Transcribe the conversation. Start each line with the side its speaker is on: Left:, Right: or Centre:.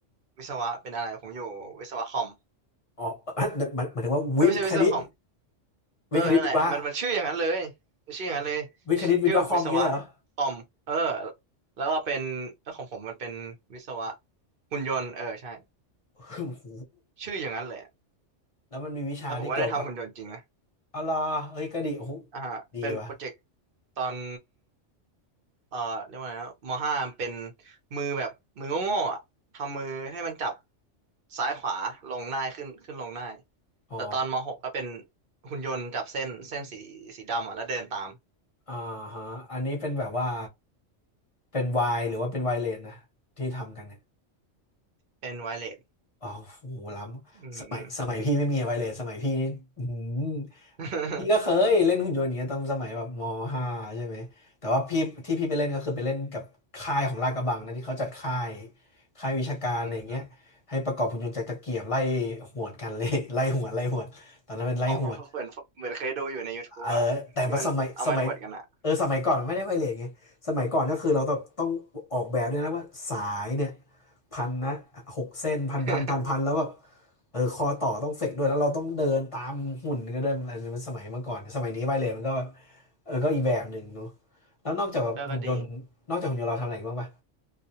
Right: วิศวะเป็นอะไรผมอยู่วิศวะคอม
Left: อ๋อเอ้ยหมายหมายถึงว่าวิทย์คณิต
Right: เอ้ยไม่ใช่วิศวะคอมเออนั่นแหละมันมันชื่ออย่างนั้นเลยมันชื่ออย่างนั้นเลย
Left: วิทย์คณิตวิทย์วะวิทย์คณิตวิทย์วะคอมอย่างนี้เลยเหรอ
Right: ชื่อวิศวะคอมเออ
Left: <laughs>
Right: แล้วก็เป็นแล้วของผมมันเป็นวิศวะหุ่นยนต์เออใช่
Left: โอ้โห
Right: ชื่ออย่างนั้นเลย
Left: แล้วมันมีวิชาที่เกี่ยวกับ
Right: แล้วผมก็ได้ทำหุ่นยนต์จริงนะ
Left: อะไรอเฮ้ยก็ดีโอ้โห
Right: อ่าฮะเป็นโปรเจกต์
Left: ดีวะ
Right: ตอน เอ่อเรียกว่าไงนะมห้ามันเป็นมือแบบมือโง่ๆอ่ะทำมือให้มันจับซ้ายขวาลงได้ขึ้นขึ้นลงได้
Left: ออก
Right: แต่ตอนมหกก็เป็นหุ่นยนต์จับเส้นเส้นสีสีดำอ่ะแล้วเดินตาม
Left: อ่าฮะอันนี้เป็นแบบว่า เป็นวายหรือว่าเป็นวายเลนนะที่ทำกันเนี่ย
Right: เป็นไวเลส
Left: อ๋อโหล้
Right: อืม
Left: ำสมัยสมัยพี่ไม่มีอะไรเลยสมัยพี่อืม
Right: <laughs>
Left: พี่ก็เคยเล่นหุ่นยนต์อย่างเงี้ยตอนสมัยแบบมห้าใช่ไหมแต่ว่าพี่ที่พี่ไปเล่นก็คือไปเล่นกับค่ายของลาดกระบังนะที่เขาจัดค่ายค่ายวิชาการอะไรอย่างเงี้ยให้ประกอบหุ่นยนต์จากตะเกียบไล่
Right: อืมอม
Left: หวดกันเลย <laughs> ไล่หวดไล่หวดตอนนั้นเป็นไล่หวด
Right: อ๋อผมเหมือนเหมือนเคยดูอยู่ใน YouTube
Left: เออแต่ว่าสมัยสมัย
Right: อ่ะที่มันเอาไม้ขวดกันอ่ะ
Left: เออสมัยก่อนมันไม่ได้ไวเลสไงสมัยก่อนก็คือเราต้องต้องออกแบบด้วยนะว่าสายเนี่ยพันนะหกเส้นพันพันพันพันแล้วแบบ
Right: <laughs>
Left: เออคอต่อต้องเฟกด้วยแล้วเราต้องเดินตามหุ่นก็ไดินนี้มันสมัยเมื่อก่อนสมัยนี้ไวเลสมันก็แบบเออก็อีกแบบหนึ่งเนาะแล้วนอกจากแบบหุ่นยนต์นอกจากหุ่นยนต์เราทำอะไรอีกบ้างปะ
Right: ก็ก็ดี